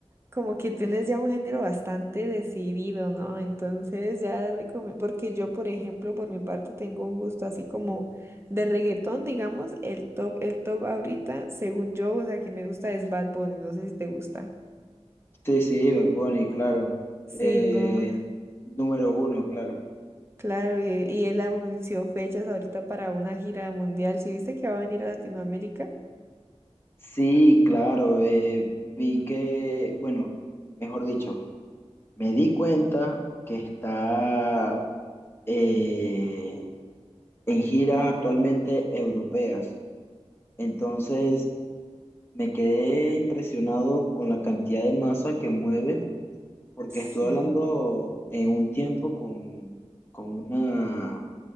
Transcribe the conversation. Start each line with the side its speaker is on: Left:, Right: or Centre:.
Right: como que tienes ya un género bastante decidido, ¿no? Entonces ya recomiendo, porque yo, por ejemplo, por mi parte tengo un gusto así como de reggaetón, digamos, el top, el top ahorita, según yo, o sea, que me gusta es Bad Bunny, no sé si te gusta.
Left: Sí, sí, Bad Bunny, claro.
Right: Sí,
Left: Eh,
Right: no,
Left: número uno, claro.
Right: claro, y, y él anunció fechas ahorita para una gira mundial, ¿sí viste que va a venir a Latinoamérica?
Left: Sí, claro. eh, vi que, bueno, mejor dicho, me di cuenta que está eh, en gira actualmente europeas. Entonces, me quedé impresionado con la cantidad de masa que mueve, porque
Right: Sí.
Left: estuve hablando en un tiempo con, con una